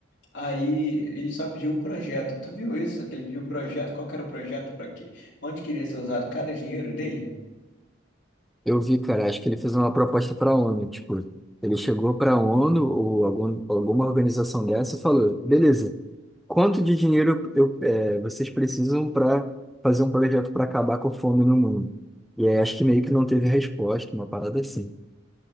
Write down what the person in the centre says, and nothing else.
Eu vi, cara, acho que ele fez uma proposta para a ONU, tipo, ele chegou para a ONU ou algum, alguma organização dessa e falou, beleza, quanto de dinheiro eu, é, vocês precisam para fazer um projeto para acabar com a fome no mundo? E aí, acho que meio que não teve resposta, uma parada assim.